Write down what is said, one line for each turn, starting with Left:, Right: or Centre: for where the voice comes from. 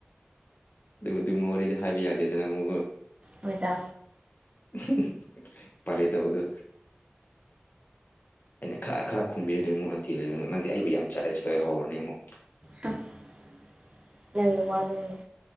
Left: ꯑꯗꯨꯕꯨ ꯗꯨꯒꯨꯝꯕ ꯋꯥꯔꯤꯗꯤ ꯍꯥꯏꯕ ꯌꯥꯗꯦꯗꯅꯥ ꯑꯃꯨꯛꯀꯣ
Right: ꯍꯣꯏꯗ
Left: ꯍ ꯍ ꯎꯄꯥꯏ ꯂꯩꯇꯕꯗꯨ ꯑꯩꯅ ꯈ꯭ꯔ ꯈ꯭ꯔ ꯈꯨꯝꯕꯤꯔꯗꯤ ꯃꯨꯛ ꯑꯟꯇꯤ ꯗꯨꯅ ꯅꯪꯗꯤ ꯑꯩꯕꯨ ꯌꯥꯝ ꯆꯦꯂꯦꯟꯖ ꯇꯧꯋꯦ ꯍꯧꯔꯅꯤ ꯑꯃꯨꯛ
Right: <unintelligible> ꯅꯪꯒꯤ ꯋꯥꯗꯨꯅꯤ